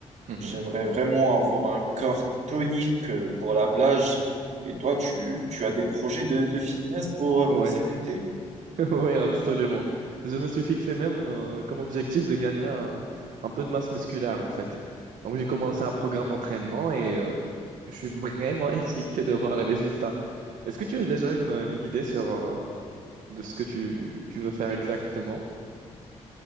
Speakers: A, on the right; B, on the right.
A: Mhm.
B: J'aimerais vraiment avoir un corps tonique euh, pour la plage. Et toi, tu, tu as des projets de, de fitness pour, euh,
A: Oui,
B: pour cet été?
A: oui, <laughs> absolument. Je me suis fixé même euh, comme objectif de gagner un, un peu de masse musculaire en fait. Donc j'ai commencé un programme d'entraînement et euh, je suis vraiment <laughs> excité de voir les résultats. Est-ce que tu as déjà une, une idée sur euh, de ce que tu, tu veux faire exactement?